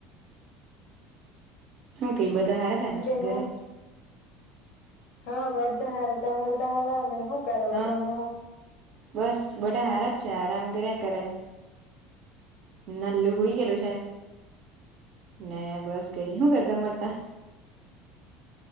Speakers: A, on the right (about 40°); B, on the left (about 85°).
A: હું કઈ બધા હાર છે, ને
B: જેના
A: ઘરે
B: હા બધા હારે તમારે તો હાર આવ ને શું કરે બધા
A: હા
B: હમણાં
A: બસ બડા હારા જ છે, આરામ કર્યા કરે નલલું હોઈ ગયેલું છે, ને બસ કઈ ન શું કરતા મળતા